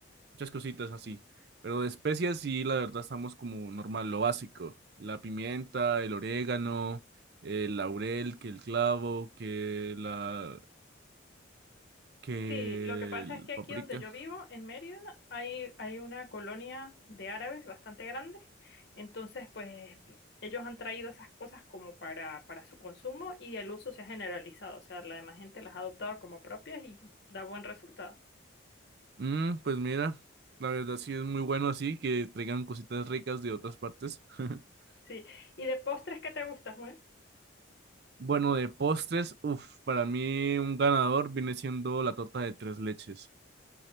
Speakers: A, on the right (about 55°); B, on the left (about 55°).
A: muchas cositas así. Pero de especias sí, la verdad estamos como normal, lo básico. La pimienta, el orégano, el laurel, que el clavo, que la que
B: Sí, lo que pasa
A: el
B: es que aquí
A: paprika.
B: donde yo vivo, en Mérida, hay, hay una colonia de árabes bastante grande. Entonces, pues ellos han traído esas cosas como para, para su consumo y el uso se ha generalizado. O sea, la demás gente las ha adoptado como propias y da buen resultado.
A: Mm, pues mira, la verdad sí es muy bueno así que traigan cositas ricas de otras partes. <laughs>
B: Sí. ¿Y de postres qué te gusta, Juan?
A: Bueno, de postres, uff, para mí un ganador viene siendo la torta de tres leches.